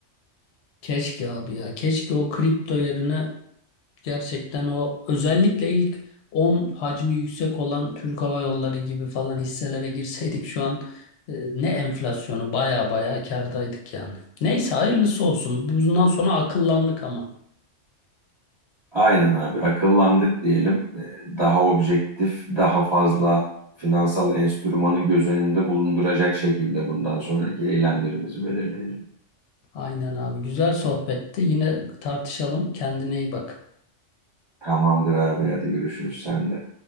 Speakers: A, on the left; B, on the right.
A: Keşke abi ya keşke o kripto yerine gerçekten o özellikle ilk 10 hacmi yüksek olan Türk Hava Yolları gibi falan hisselere girseydik şu an e, ne enflasyonu baya baya kârdaydık yani. Neyse hayırlısı olsun. Bundan sonra akıllandık ama.
B: Aynen abi akıllandık diyelim. Ee, Daha objektif, daha fazla finansal enstrümanı göz önünde bulunduracak şekilde bundan sonraki eylemlerimizi belirleyelim.
A: Aynen abi güzel sohbetti. Yine tartışalım. Kendine iyi bak.
B: Tamamdır abi hadi görüşürüz sen de.